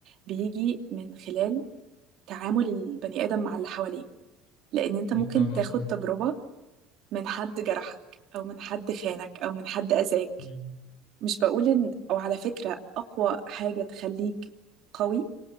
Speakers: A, on the right; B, on the left.
A: بيجي من خلال تعامل البني آدم مع اللي حواليه لأن أنت
B: دي
A: ممكن
B: طبعا
A: تاخد
B: اه
A: تجربة من حد جرحك أو من حد خانك أو من حد أذاك
B: مم.
A: مش بقول إن أو على فكرة أقوى حاجة تخليك قوي